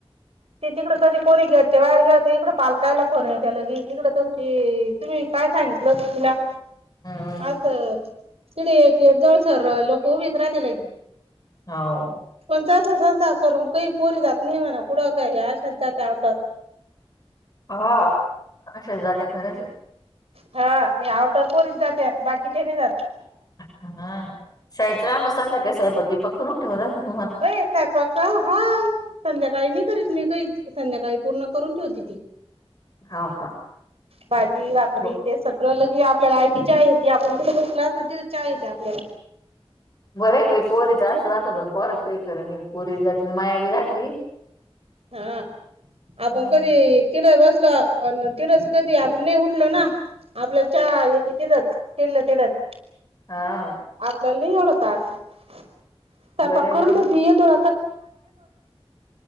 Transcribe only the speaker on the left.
हम्म
हाव.
हा. अशा जाते खरं हाय.
हा <unintelligible> मग संध्याकाळी स्वयंपाक, बियंपाक करून ठेवला असेल तुम्हाला?
हाव का
ब
बरंय बाई, पोरीच असं राहातं, पण पोराचं काही खरं नाही पोरीच्या जातीला माया बी रातीऽ
हा
हां,
बरं
जाऊदे